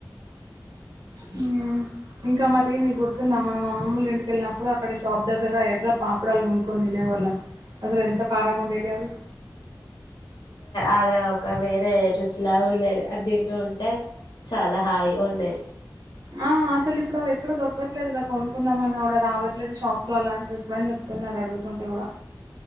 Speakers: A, on the right; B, on the left.
A: హుమ్ ఇంకా మరి నీ గుర్తుందా మన అమ్మమ్మ వాళ్ళ ఇంటికి వెళ్ళినప్పుడు ప్పుడు అక్కడ షాప్ దగ్గర ఎర్ర పాపడాలు కొనుక్కొని తినేవాళ్ళం అసలు ఎంత కారం ఉండేటివి అవి.
B: అలా ఒక వేరే రుచి లా ఉండేది అది తింటూ ఉంటే చాలా హాయిగా ఉండేది.
A: ఆ అసలు ఇప్పుడు అవి ఎక్కడ దొరకట్లేదు కద్ కొనుక్కుందాం అన్నా కూడా రావట్లేద షాప్ లో అలాంటివి ఇప్పుడు అని చెప్తున్నారు అడుగుతుంటే కూడా.